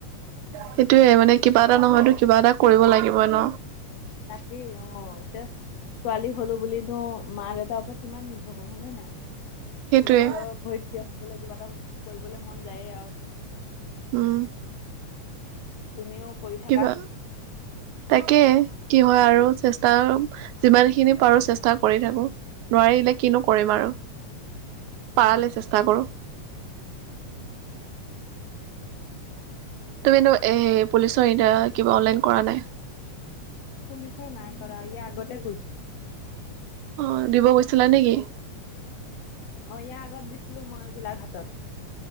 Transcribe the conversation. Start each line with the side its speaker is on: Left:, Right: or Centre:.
Right: সেইটোয়ে মানে কিবা এটা নহয়তো কিবা এটা কৰিব লাগিবই ন।
Left: তাকে অ এতিয়া। ছোৱালী হ'লো বুলি দ মা দেউতাৰ ওপৰত কিমান নিৰ্ভৰ কৰিম হয়নে নাই?
Right: সেইটোৱে
Left: নিজৰ ভৰিত থিয় হবলে কিবা এটা কৰিবলে মন যায়ে আও।
Right: উম।
Left: তুমিও কৰি থাকা?
Right: কিবা তাকে কি হয় আৰু চেষ্টা যিমান খিনিপ পাৰো চেষ্টা কৰি থাকো নোৱাৰিলে কিনো কৰিম আৰু পাৰালে
Left: অ
Right: চেষ্টা
Left: তাকে
Right: কৰো। তুমিনো এ পুলিচৰ ইদা কিবা অনলাইন কৰা নাই।
Left: পুলিচৰ নাই কৰা ই আগতে কৈছ-
Right: অ দিব গৈছিলা নেকি?
Left: অ ইয়াৰ আগত দিছিলো মই গোলাঘাটত।